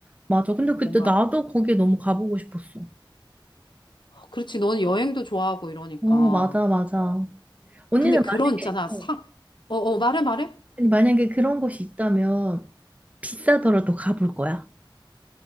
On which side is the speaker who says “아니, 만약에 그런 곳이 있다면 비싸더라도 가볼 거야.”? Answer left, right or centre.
Right